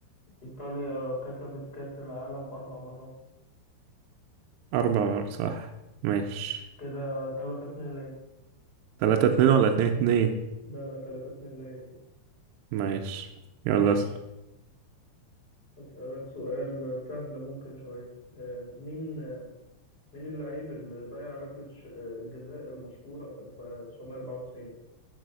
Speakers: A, on the left (about 15°); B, on the right (about 85°).
A: إيطاليا كسبت كأس العالم أربع مرات
B: اربع مرات صح ماشي
A: كده تلاتة اتنين ليا
B: تلاتة اتنين ولا اتنين اتنين
A: لا لا تلاتة اتنين ليا كده
B: ماشي يلا
A: ماشي
B: اسأل
A: أسألك سؤال سهل ممكن شوية آه، مين مين اللاعب اللي ضيع ركلة ش- آه، الجزاء المشهورة في 1994